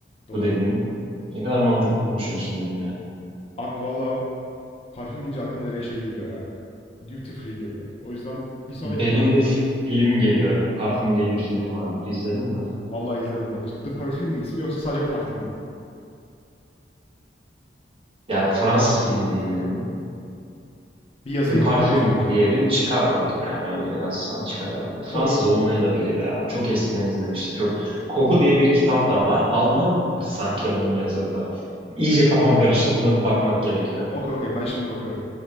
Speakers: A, on the left (about 35°); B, on the right (about 30°).
A: doğru.
B: bu dediğin. Ne kadar mantıklı konuşuyorsun dedim yani.
A: Abi valla parfüm deyince aklıma direkt şey geliyor ya. Duty free geliyor. O yüzden bir sonraki
B: Benim
A: parfüm
B: de film geliyor. Parfüm diye bir film vardır. İzledin mi?
A: Vallahi izlemedim. Bakıcı The Perfume mi ismi yoksa sadece parfüm mü?
B: Ya Fransız filmi diye biliyorum.
A: Bir yazayım
B: The Parfüm
A: bakayım o zaman ya.
B: diyelim çıkar o yani öyle yazsan çıkar herhalde.
A: Okey
B: Fransız
A: okey.
B: olmaya da bilir ya. Çok eskiden izlemiştim. Çok Koku diye bir kitap da var. Alman sanki onun yazarı da. İyice kafam karıştı. Buna bir bakmak gerekiyor.
A: Okey okey ben şimdi bakıyorum.